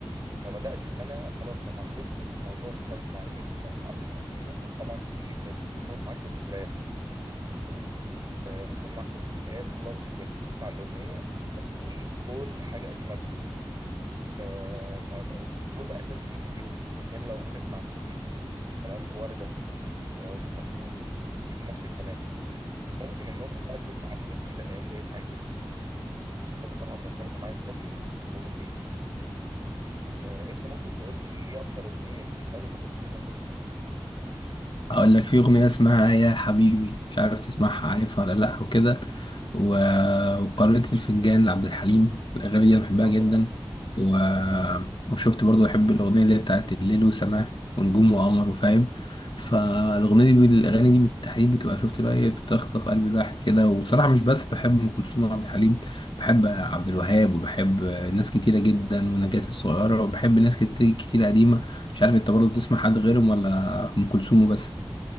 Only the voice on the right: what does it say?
فبدات اللي انا خلاص لما كبرت الموضوع اختلف معايا بقيت متعلق بيهم وطبعا دي بقت مرتبط معاك بالذكريات تمام آه، مرتبط معاك بالذكريات خلاص انت بقيت بتسمع الاغنيه انت بتعيد كل حاجه قديمه قبل كده آه، فبقوا جزء اساسي من اليوم اذا كان لو هتسمع الصبح تمام ورده آه، ام كلثوم الليل نفس الكلام ممكن النص بقى تسمع اغاني جديده الايام ديت عادي مفيش مشكله بس طبعا مرتبطه معايا الصبح وبالليل آه، انت ممكن تقول لي ايه اكتر اغنيه بتحبها لام كلثوم مثلا
اه
طبعا